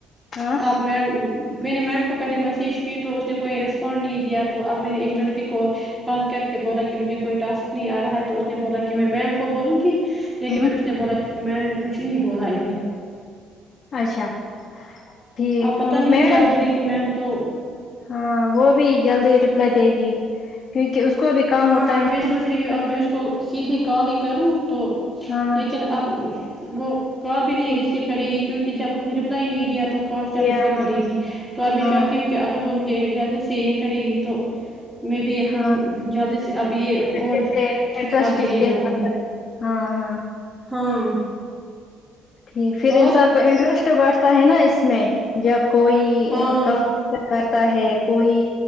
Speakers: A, on the left; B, in the centre.
A: ہاں
B: اپ میں میں نے میم کو پہلے میسج کی تو اس نے کوئی ریسپانڈ نہیں دیا تو اب میں نے ایک
A: ہ
B: لڑکی کو کال کر کے بولا کہ مجھے کوئی ٹاسک نہیں ارہا ہے تو اس نے بولا کہ
A: ہ
B: میں میم کو بولوں گی لیکن
A: ہ
B: پھر اس نے بولا کہ میم نے کچھ نہیں بولا ابھی
A: اچھا ٹھیک
B: اپ پتا نہیں
A: میڈم
B: کیا بولے گی میم تو
A: ہاں وہ بھی جلدی رپلائی دے گی کیونکہ اس کو بھی کام
B: ہاں
A: ہوتا
B: اب
A: ہے
B: میں سوچ رہی ہوں اب میں اس کو سیدھی کال ہی کروں تو
A: ہاں
B: لیکن اب وہ کال بھی نہیں ریسیو کرے گی کیونکہ جب اس نے رپلائی نہیں دیا تو کال کیا
A: یہ
B: ریسیو
A: ہاں
B: کرے گی تو اب میں
A: ہاں
B: چاہتی ہو کہ اگر وہ مجھے جلد سے یہ کرے گی تو میں بھی یہ کام
A: ہاں
B: جیسے اب یہ
A: اچھے
B: اور
A: سے انٹرسٹ
B: اگے لے
A: کے
B: جاؤں
A: ساتھ
B: گی
A: کرتی ہاں ہاں
B: ہاں
A: ٹھیک پھر
B: اور
A: انسان کو انٹرسٹ بیٹھتا ہے نا اس میں جب کوئی
B: ہاں
A: کام کرتا ہے کوئی